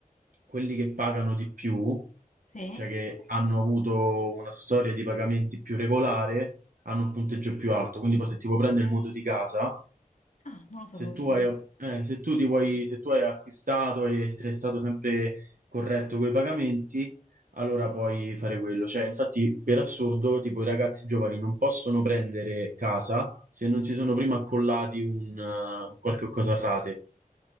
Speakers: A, on the right; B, on the left.
A: quelli che pagano di più,
B: Sì?
A: cioè che hanno avuto una storia di pagamenti più regolare, hanno un punteggio più alto. Quindi poi se ti vuoi prendere il mutuo di casa,
B: Ah, non lo sapevo
A: se
B: questa
A: tu hai,
B: cosa.
A: eh, se tu ti vuoi, se tu hai acquistato e sei stato sempre corretto con i pagamenti, allora puoi fare quello. Cioè, infatti, per assurdo, tipo i ragazzi giovani non possono prendere casa se non si sono prima accollati un, eh, un qualche cosa a rate.